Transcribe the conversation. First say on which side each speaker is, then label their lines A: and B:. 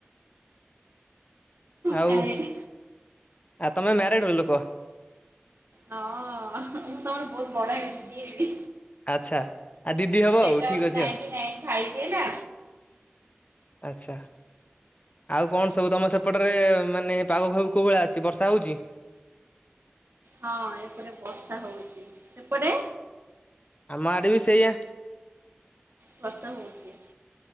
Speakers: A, on the left; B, on the right.
A: ଆଉ
B: ମ୍ୟାରେଡ୍
A: ଆ ତମେ ମ୍ୟାରେଡ଼ ର ଲୋକ?
B: ହଁ ମୁଁ ତମର ବହୁତ ବଡ ଏଇ ଦିଦି ହେବି।
A: ଆଚ୍ଛା। ଆଉ ଦିଦି
B: ମୋ
A: ହବ
B: ଡେଟ୍
A: ଆଉ
B: ଅଫ୍
A: ଠିକ୍ ଅଛି
B: ନାଇନଟି
A: ଆଉ
B: ନାଇନ ଫାଇଭ ଏଇଟା।
A: ଆଚ୍ଛା। ଆଉ କଣ ସବୁ ତମ ସେପଟରେ ମାନେ ପାଗ ଫାଗ କୋଉ ଭଳିଆ ଅଛି ବର୍ଷା ହଉଛି?
B: ହଁ ଏପଟେ ବର୍ଷା ହଉଛି, ସେପଟେ?
A: ଆମ ଆଡେ ବି ସେଇଆ।
B: ବର୍ଷା ହଉଛି।